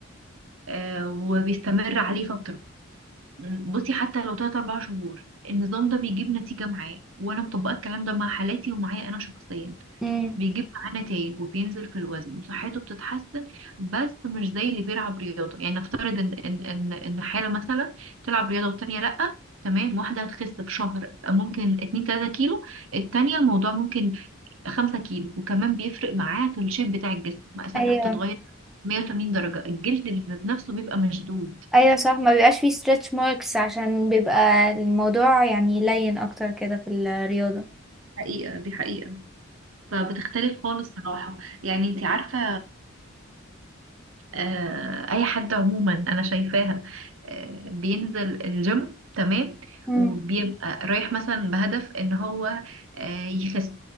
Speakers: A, on the right; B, in the centre.
A: آه وبيستمر عليه فتره بصي حتى لو تلات أربع شهور النظام ده بيجيب نتيجة معاه وأنا مطبقة الكلام ده مع حالاتي ومعايا أنا شخصيا
B: مم.
A: بيجيب معاه نتائج وبينزل في الوزن وصحته بتتحسن بس مش زي اللي بيلعب رياضة يعني نفترض إن إن إن إن حالة مثلا تلعب رياضة والتانية لأ تمام واحدة هتخس في شهر ممكن اتنين تلاتة كيلو التانية الموضوع ممكن خمسة كيلو وكمان بيفرق معاه في الشيب بتاع الجسم مقاساتها
B: ايوه
A: بتتغير 180 درجة الجلد ذات نفسه بيبقى مشدود
B: ايوه صح ما بيبقاش فيه stretch marks عشان بيبقى الموضوع يعني لين اكتر كده في الرياضة
A: حقيقة دي حقيقة فبتختلف خالص صراحة يعني انت عارفة آه، اي حد عموما انا شايفاها آه، بينزل الجيم تمام
B: مم.
A: وبيبقى رايح مثلا بهدف ان هو آه، يخس